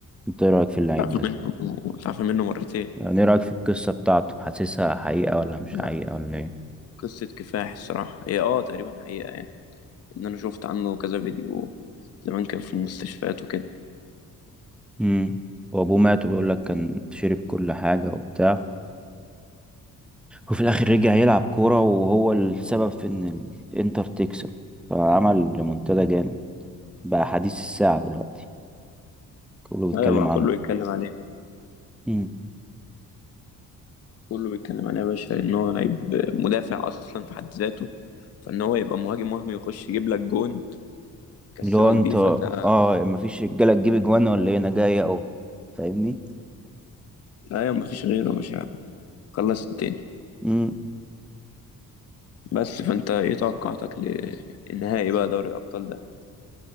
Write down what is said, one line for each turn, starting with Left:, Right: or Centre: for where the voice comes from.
Centre: انت ايه رأيك في اللعيب
Left: تعرف
Centre: ده
Left: منه تعرف منه مرتين
Centre: يعني ايه رأيك في القصة بتاعته حاسسها حقيقة ولا مش
Left: لا
Centre: حقيقة ولا ايه
Left: قصة كفاح الصراحة هي اه تقريبا حقيقة يعني ان انا شفت عنه كذا فيديو زمان كان في المستشفيات وكده
Centre: امم وابوه مات وبيقول لك كان شرب كل حاجة وبتاع وفي الاخر رجع يلعب كورة وهو السبب في ان الانتر تكسب فعمل ريمونتادا جامد بقى حديث الساعة دلوقتي كله بيتكلم
Left: ايوه بقى
Centre: عنه
Left: كله يتكلم عليه
Centre: امم
Left: كله بيتكلم عليه يا باشا ان هو لعيب مدافع اصلا في حد ذاته فان هو يبقى مهاجم وهمي يخش يجيب لك جون يكسبك
Centre: اللي هو انت
Left: بيه فده
Centre: اه مفيش رجالة تجيب اجوان ولا ايه انا جاي اهو فاهمني
Left: ايوه مفيش غيره مش عارف خلص الدنيا
Centre: امم
Left: بس فانت ايه توقعاتك للنهائي بقى دوري الابطال ده